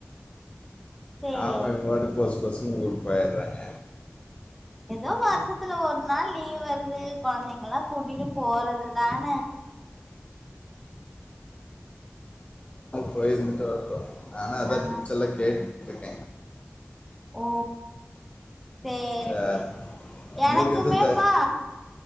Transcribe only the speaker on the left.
ஆமா இவுங்
பாட்டுக்கு போசுக் போசுக்குன் ஊருக் போயற்றாங்க
போய் இர்ந்துட்டு வர் ஆனா அதா
பிக்ச்சர்லா கேட்டுட்ருக்கே
அஹ்,
உங்களுக்கு
எது தே